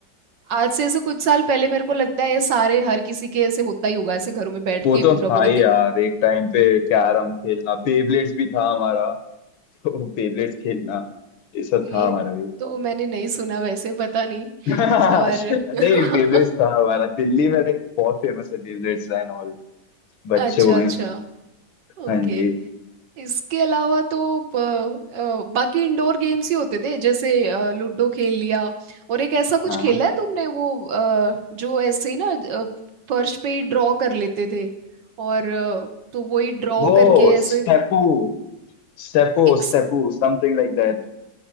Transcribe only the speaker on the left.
वो
तो
था
ही
यार एक टाइम पे कैरम खेलना बेबलेट्स भी था हमारा तो बेबलेट्स खेलना ये सब
था हमारा भी
<laughs> नहीं
बेबलेट्स था हमारा दिल्ली में लाइक बहुत फेमस है बेबलेट्स एंड ऑल बच्चे
हुए
हैं
हाँ जी
हाँ
वो
स्टेपू स्टेपो
स्टेपू समथिंग लाइक दैट